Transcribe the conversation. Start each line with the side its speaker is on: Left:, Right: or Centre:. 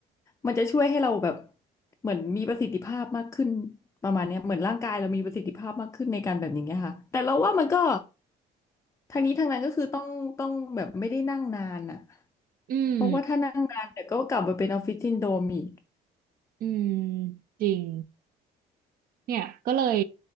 Left: มันจะช่วยให้เราแบบเหมือนมีประสิทธิภาพมากขึ้นประมาณเนี้ยเหมือนร่างกายเรามีประสิทธิภาพมากขึ้นในการแบบอย่างเงี้ยค่ะแต่เราว่ามันก็ทางนี้ทางนั้นก็คือต้องต้องแบบไม่ได้นั่งนานอะ
Right: อืม
Left: เพราะว่าถ้านั่งนานเดี๋ยวก็กลับมาเป็นออฟฟิศซินโดรมอีก
Right: อืมจริง เนี่ยก็เลย